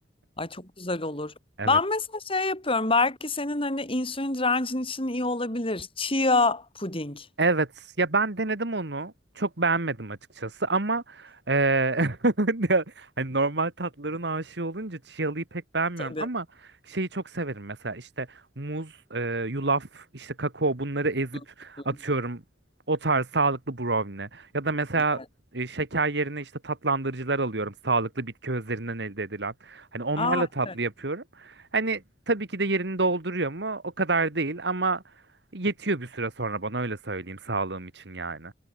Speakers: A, on the left; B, on the right.
A: Ay çok güzel olur.
B: Evet.
A: Ben mesela şey yapıyorum. Belki senin hani insülin direncin için iyi olabilir. Chia puding.
B: Evet ya ben denedim onu çok beğenmedim açıkçası ama eee, <laughs> ya hani normal tatların aşığı olunca chialı'yı pek beğenmiyorum
A: Tabii.
B: ama şeyi çok severim mesela işte muz, eee, yulaf, işte kakao bunları ezip
A: Hı hı.
B: atıyorum o tarz sağlıklı brownie ya da mesela
A: Evet.
B: e, şeker yerine işte tatlandırıcılar alıyorum sağlıklı bitki özlerinden elde edilen hani onlarla
A: Aa,
B: tatlı
A: evet.
B: yapıyorum hani tabii ki de yerini dolduruyor mu o kadar değil ama Yetiyor bir süre sonra bana öyle söyleyeyim sağlığım için yani.